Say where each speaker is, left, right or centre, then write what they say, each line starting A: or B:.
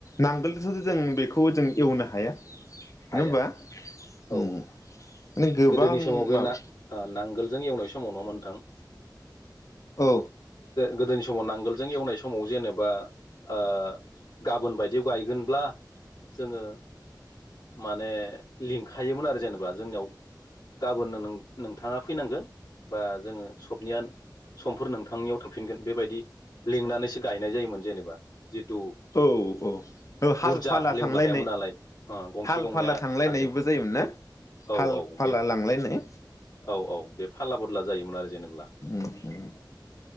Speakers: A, on the left; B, on the left.
A: नांगोलजोंथ' जों बेखौ जों एवनो हाया। नङा
B: हाया
A: होमबा?
B: औ
A: उम माने गोबां
B: गोदोनि समाव बे
A: माबा
B: ना ओ नांगोलजों एवनो बै समाव नङा मोनथां।
A: औ
B: गोदोनि समाव नांगोलजों एवनाय समाव जेनेबा ओ गाबोन बायदियाव गायगोनब्ला जोङो माने लिंखायोमोन आरो जेनेबा जोंनियाव गाबोननो नों नोंथाङा फैनांगोन बा जोङो सबनिया समफोर नोंथांनियाव थांफिनगोन बेबायदि लिंनानैसो गायनाय जायोमोन जेनेबा। जिथु
A: औ औ हाल
B: बुरजा
A: फाला
B: हालेवनो
A: थांलायनाय
B: हायामोन नालाय ओ गंसे
A: हाल
B: गंनैया
A: फाला थां लायनायबो
B: हालजों
A: जायोमोन ना
B: औ
A: हाल
B: औ
A: फाला
B: बे
A: लांलायनाय
B: औ औ बे फाला बदला जायोमोन आरो जेनेब्ला
A: उम